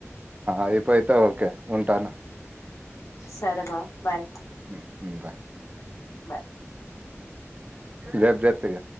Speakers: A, on the right; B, on the left.
A: అయిపోయిత ఓకే ఉంటాను
B: సరే బా బాయ్
A: ా
B: బాయ్
A: రేప్ చేస్తా ఇగ